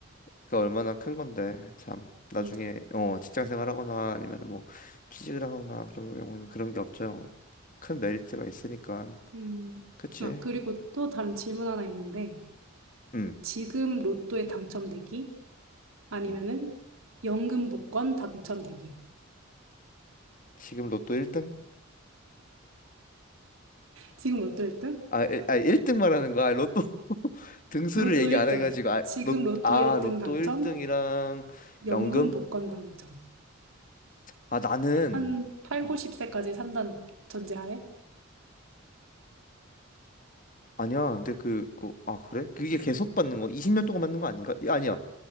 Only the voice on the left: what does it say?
그 얼마나 큰 건데. 참. 나중에,
어, 직장 생활하거나 아니면 뭐 취직을 하거나 그런 경우에는 그런 게 엄청 큰 메리트가 있으니까.
그치.
음,
음.
지금 로또 1등?
아, 일- 아 1등 말하는 거야. 아, 로또 <laughs> 등수를
얘기
안 해가지고 아,
로,
아
로또
1등이랑
연금?
아 나는
음,
아니야. 근데 그, 그, 아 그래? 그게 계속 받는 거? 20년 동안 받는 거 아닌가? 이- 아니야.